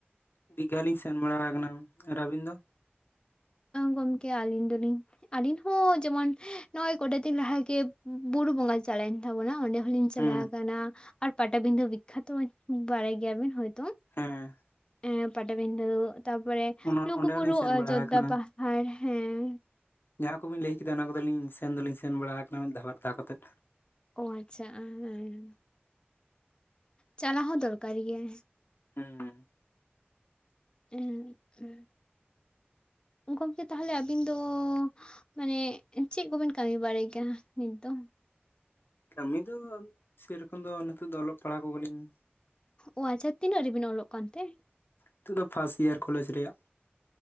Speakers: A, on the left (about 60°); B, on the left (about 25°).
A: ᱫᱤᱜᱷᱟ ᱞᱤᱧ ᱥᱮᱱ ᱵᱟᱲᱟ ᱠᱟᱱᱟ ᱟᱨ ᱟᱵᱤᱱ ᱫᱚ
B: ᱜᱚᱢᱠᱮ ᱟᱞᱤᱧ ᱫᱚ ᱞᱤᱧ ᱟᱞᱤᱧ ᱦᱚᱸ ᱡᱮᱢᱚᱱ ᱱᱚᱜ-ᱚᱭ ᱠᱚᱴᱟ ᱫᱤᱱ ᱞᱟᱦᱟ ᱵᱩᱨᱩ ᱵᱚᱸᱜᱟ ᱪᱟᱞᱟᱣᱮᱱ ᱛᱟᱵᱚᱱᱟ ᱚᱸᱰᱮ ᱦᱚᱸᱞᱤᱧ ᱪᱟᱞᱟᱣ
A: ᱦᱩᱸ
B: ᱠᱟᱱᱟ ᱟᱨ ᱯᱟᱴᱟᱵᱤᱸᱫᱷᱟᱹ ᱵᱤᱠᱠᱷᱟᱛᱚ ᱵᱟᱲᱟᱭ ᱜᱮᱭᱟᱵᱤᱱ ᱦᱚᱭᱛᱚ
A: ᱦᱮᱸ
B: ᱮ ᱯᱟᱴᱟᱵᱤᱸᱫᱟᱹ ᱛᱟᱯᱚᱨᱮ
A: ᱚᱱᱟ
B: ᱞᱩᱜᱩᱵᱩᱨᱩ
A: ᱚᱸᱰᱮ ᱦᱚᱞᱤᱧ ᱥᱮᱱ
B: ᱚᱡᱚᱫᱽᱫᱷᱟ
A: ᱵᱟᱲᱟ ᱟᱠᱟᱱᱟ
B: ᱯᱟᱦᱟᱲ ᱦᱮᱸ
A: ᱡᱟᱦᱟᱸ ᱠᱚᱵᱤᱱ ᱞᱟᱹᱭ ᱠᱮᱫᱟ ᱚᱱᱟ ᱠᱚᱫᱚ ᱞᱤᱧ ᱥᱮᱱ ᱫᱚᱞᱤᱧ ᱥᱮᱱ ᱵᱟᱲᱟ ᱟᱠᱟᱱᱟ ᱢᱤᱫ ᱫᱷᱟᱣ ᱵᱟᱨ ᱫᱷᱟᱣ ᱠᱟᱛᱮᱫ
B: ᱳ ᱟᱪᱪᱷᱟ ᱦᱮᱸ ᱪᱟᱞᱟᱜ ᱦᱚᱸ ᱫᱚᱨᱠᱟᱨ ᱜᱮᱭᱟ
A: ᱦᱩᱸ
B: ᱦᱮᱸ ᱦᱮᱸ ᱜᱚᱢᱠᱮ ᱛᱟᱦᱚᱞᱮ ᱟᱹᱵᱤᱱ ᱫᱚ ᱢᱟᱱᱮ ᱪᱮᱫ ᱠᱚᱵᱤᱱ ᱠᱟᱹᱢᱤ ᱵᱟᱲᱟᱭ ᱜᱮᱭᱟ ᱱᱤᱛ ᱫᱚ
A: ᱠᱟᱹᱢᱤ ᱫᱚ ᱥᱮ ᱨᱚᱠᱚᱢ ᱫᱚ ᱱᱤᱛᱚᱜ ᱫᱚ ᱚᱞᱚᱜ ᱯᱟᱲᱦᱟᱣ ᱠᱚᱜᱮ ᱞᱤᱧ
B: ᱳ ᱟᱪᱪᱷᱟ ᱛᱤᱱᱟᱹᱜ ᱨᱮᱵᱤᱱ ᱚᱞᱚᱜ ᱠᱟᱱ ᱛᱮ
A: ᱱᱤᱛᱚᱜ ᱫᱚ ᱯᱷᱟᱥᱴ ᱤᱭᱟᱨ ᱠᱚᱞᱮᱡᱽ ᱨᱮᱭᱟᱜ